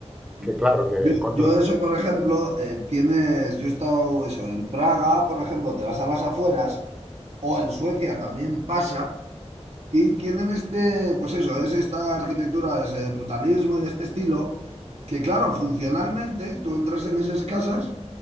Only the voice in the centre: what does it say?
que claro, que
cuando...